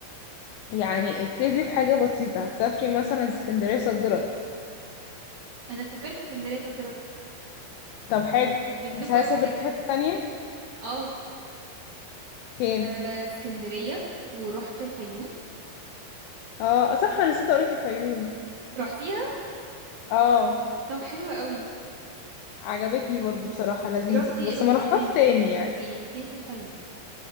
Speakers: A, on the left; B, on the right.
A: يعني ابتدي بحاجة بسيطة هتسافري مثلا اسكندرية صد رد
B: انا سافرت اسكندرية صد رد
A: طب حلو
B: جيت لكم
A: هل
B: قبل
A: سافرتي
B: كده
A: حتة تانية
B: اه
A: فين
B: آه، اسكندرية ورحت الفيوم
A: اه صح انا نسيت اقولك الفيوم
B: رحتيها
A: اه
B: طب حلوة قوي
A: عجبتني برضو بصراحة لذيذة
B: رحتي
A: بس
B: رحتي
A: ما روحهاش
B: فين
A: تاني يعني
B: يعني فين في الفيوم